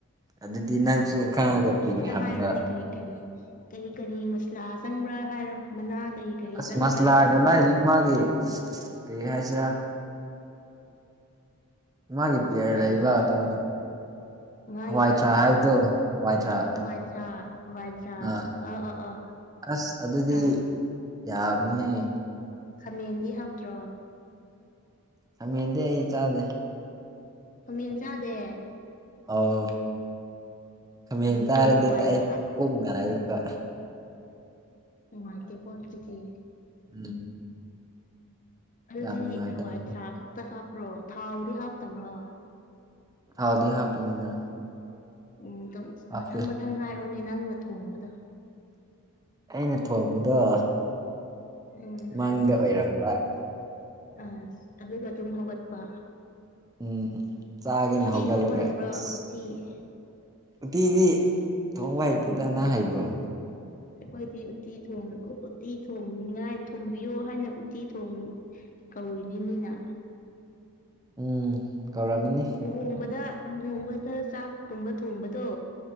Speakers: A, on the right (about 15°); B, on the left (about 35°).
A: ꯑꯗꯨꯗꯤ
B: ꯎꯝ
A: ꯅꯪꯁꯨ
B: ꯑꯇꯣꯞ
A: ꯈꯪꯉꯒ
B: ꯊꯣꯡꯕꯗ
A: ꯀꯔꯤꯒꯤ ꯍꯪꯕ
B: ꯍꯥꯏꯔꯨꯅꯦ ꯀꯔꯤ ꯀꯔꯤ ꯀꯔꯤ ꯀꯔꯤ ꯃꯁꯂꯥ ꯆꯪꯕ꯭ꯔꯥ ꯍꯥꯏꯔꯣ ꯃꯅꯥ ꯀꯔꯤ ꯀꯔꯤ
A: ꯑꯁ
B: ꯆꯪꯕ꯭ꯔꯥ
A: ꯃꯁꯂꯥꯒ ꯂꯥꯢꯔꯤ ꯃꯥꯒꯤ ꯀꯔꯤ ꯍꯥꯏꯁꯤꯔꯥ ꯃꯥꯒꯤ ꯄꯤꯌꯥꯔ
B: ꯀꯔꯤ
A: ꯂꯩꯕ ꯑꯥ
B: ꯃꯥꯒꯤ
A: ꯍꯥꯋꯥꯢꯊ꯭ꯔꯥꯛ
B: ꯀꯔꯤ
A: ꯍꯥꯏꯕꯗꯣ ꯍꯥꯋꯥꯏꯊ꯭ꯔꯥꯛ
B: ꯍꯋꯥꯏꯊꯔꯥꯛ ꯍꯋꯥꯏꯊꯔꯥꯛ
A: ꯑꯥ
B: ꯑ ꯑ ꯑ
A: ꯑꯁ ꯑꯗꯨꯗꯤ
B: ꯑꯥ
A: ꯌꯥꯕꯅꯤꯍꯦ
B: ꯈꯥꯃꯦꯟꯗꯤ ꯍꯥꯞꯇ꯭ꯔꯣ
A: ꯈꯥꯃꯦꯟꯗꯤ ꯑꯩ ꯆꯥꯗꯦ
B: ꯈꯃꯦꯟ ꯆꯥꯗꯦ
A: ꯑꯥꯎ ꯈꯃꯦꯟ
B: ꯑꯗꯨꯗꯤ
A: ꯆꯥꯔꯗꯤ
B: ꯍꯋꯥꯏꯊꯔꯥꯛ
A: ꯑꯩ ꯄꯨꯛ ꯅꯌꯦ ꯕ
B: ꯅꯨꯉꯥꯢꯇꯦ ꯀꯣ ꯑꯗꯨꯗꯤ
A: ꯎꯝ
B: ꯑꯗꯨꯗꯤ
A: ꯌꯥꯝ ꯅꯨꯡꯉꯥꯏꯇꯕꯅꯤ
B: ꯍꯋꯥꯏꯊ꯭ꯔꯥꯛ ꯈꯛꯇ ꯍꯥꯞꯄ꯭ꯔꯣ ꯊꯥꯎꯗꯤ ꯍꯥꯞꯇꯕ꯭ꯔꯣ
A: ꯊꯥꯎꯗꯤ ꯍꯥꯞꯀꯅꯤꯅ
B: ꯎꯝ
A: ꯍꯥꯞꯇꯦ
B: ꯃꯊꯪ ꯃꯊꯪ ꯍꯥꯏꯔꯣꯅꯦ ꯅꯪꯅ ꯊꯣꯡꯕꯗꯣ
A: ꯑꯩꯅ ꯊꯣꯡꯕꯗꯣ
B: ꯎꯝ ꯍꯥꯏꯔꯛꯑꯣ
A: ꯃꯪꯗ ꯑꯣꯏꯔꯝꯕ
B: ꯑꯁ ꯑꯗꯨꯒ ꯗꯨꯝ ꯍꯧꯒꯠꯄ
A: ꯎꯝ ꯆꯥꯒꯦꯅꯦ
B: ꯎꯇꯤ
A: ꯍꯧꯒꯠꯂꯒ
B: ꯊꯣꯡꯕ ꯍꯩꯕ꯭ꯔꯣ
A: ꯑꯁ
B: ꯎꯇꯤ
A: ꯎꯇꯤꯗꯤ ꯊꯣꯡꯕ ꯍꯩꯇꯦꯗ ꯅꯪ ꯍꯩꯕ꯭ꯔꯣ
B: ꯑꯩꯈꯣꯏꯗꯤ ꯎꯇꯤ ꯊꯣꯡ ꯎꯇꯤ ꯊꯣꯡꯅꯤꯉꯥꯏ ꯊꯣꯡꯕꯤꯌꯣ ꯍꯥꯏꯅ ꯎꯇꯤ ꯊꯣꯡ ꯀꯧꯔꯤꯅꯦ ꯃꯤꯅ
A: ꯎꯝ ꯀꯧꯔꯝꯃꯅꯤ
B: ꯂꯨꯍꯣꯡꯕꯗ ꯂꯨꯍꯣꯡꯕꯗ ꯆꯥꯛꯀꯨꯝꯕ ꯊꯣꯡꯕꯗꯣ